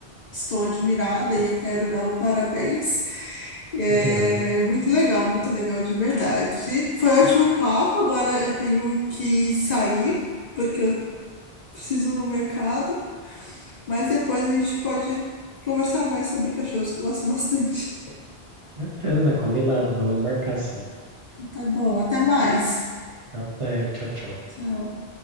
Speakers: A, on the left; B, on the right.
A: estou admirada e eu quero dar o parabéns. É
B: Obrigado.
A: muito legal, muito legal de verdade. Foi ótimo papo. Agora eu tenho que sair porque eu preciso ir no mercado, mas depois a gente pode conversar mais sobre cachorros que eu gosto bastante.
B: Beleza, combinado. Vamos marcar sim.
A: Então, tá bom, até mais.
B: Até, tchau, tchau.
A: Tchau.